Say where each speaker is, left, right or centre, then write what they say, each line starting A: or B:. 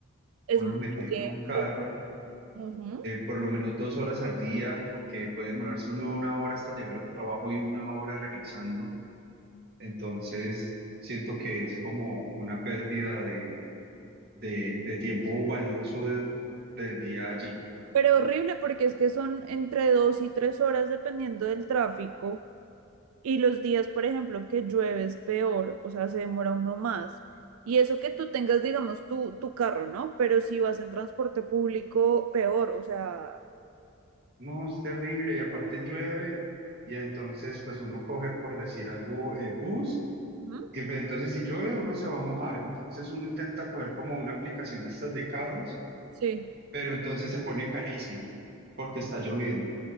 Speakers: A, on the right; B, on the right.
A: es
B: Uno
A: mucho
B: es metido
A: tiempo.
B: en un carro
A: ujú,
B: por lo menos dos horas al día, porque puede demorarse uno una hora hasta llegar al trabajo y una hora regresando. Entonces, siento que es como una pérdida de, de- de tiempo valioso de- del día allí.
A: Pero horrible porque es que son entre dos y tres horas dependiendo del tráfico y los días, por ejemplo, que llueve es peor, o sea, se demora uno más. Y eso que tú tengas, digamos, tu, tu carro, ¿no? Pero si vas en transporte público, peor, o sea,
B: No, es terrible y aparte llueve y entonces pues uno coge, por decir algo, eh, bus.
A: ujú.
B: Y pues, entonces si llueve uno se va a mojar, entonces uno intenta coger como una aplicación de estas de carros,
A: Sí.
B: pero entonces se pone carísimo porque está lloviendo.